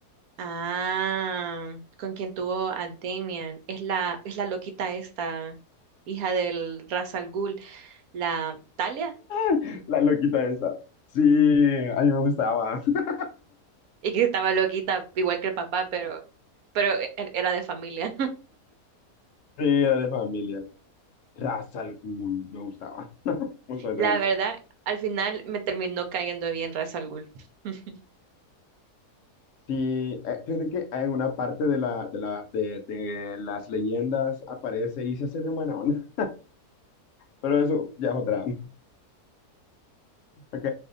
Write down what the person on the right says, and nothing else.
Ah, con quien tuvo a Damian. Es la, es la loquita esta, hija del Ra's al Ghul, la Talia.
Y que estaba loquita, igual que el papá, pero, pero e- era de familia.
La
verdad, al final me terminó cayendo bien Ra's al Ghul. <laughs>